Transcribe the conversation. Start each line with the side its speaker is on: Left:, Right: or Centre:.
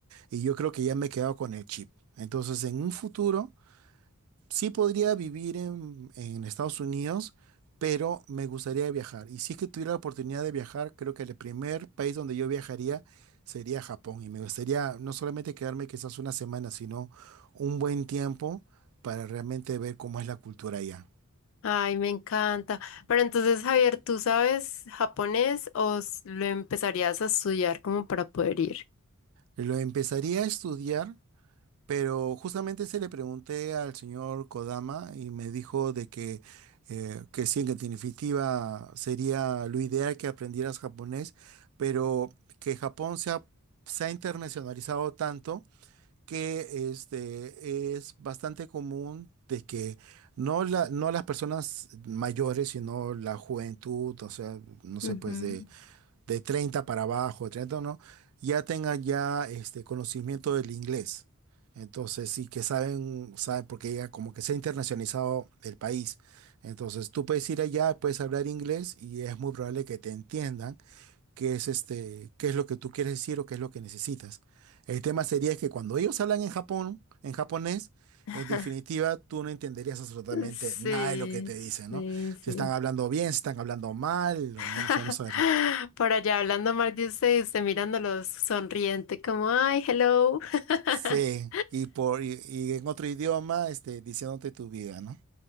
Right: Y yo creo que ya me he quedado con el chip. Entonces, en un futuro Sí podría vivir en, en Estados Unidos, pero me gustaría viajar. Y si es que tuviera la oportunidad de viajar, creo que el primer país donde yo viajaría sería Japón. Y me gustaría no solamente quedarme quizás una semana, sino un buen tiempo para realmente ver cómo es la cultura allá.
Left: Ay, me encanta. Pero entonces, Javier, ¿tú sabes japonés o s- lo empezarías a estudiar como para poder ir?
Right: Lo empezaría a estudiar Pero justamente se le pregunté al señor Kodama y me dijo de que, eh, que sí, que en definitiva sería lo ideal que aprendieras japonés, pero que Japón se ha, se ha internacionalizado tanto que este, es bastante común de que no, la, no las personas mayores, sino la juventud, o sea, no sé,
Left: Ujú.
Right: pues de de 30 para abajo, de 30 no, ya tengan ya este conocimiento del inglés. Entonces, sí que saben, saben, porque ya como que se ha internacionalizado el país. Entonces, tú puedes ir allá, puedes hablar inglés y es muy probable que te entiendan qué es este, qué es lo que tú quieres decir o qué es lo que necesitas. El tema sería que cuando ellos hablan en Japón, en japonés,
Left: <laughs>
Right: en definitiva, tú no entenderías absolutamente
Left: Sí,
Right: nada de lo que te dicen,
Left: sí,
Right: ¿no?
Left: sí.
Right: Si están hablando bien, si están hablando mal,
Left: <laughs>
Right: o no, o sea, no saber.
Left: Por allá hablando mal de usted, y usted mirándolos sonriente, como, ay, hello. <laughs>
Right: Sí, y por y, y en otro idioma, este, diciéndote tu vida, ¿no?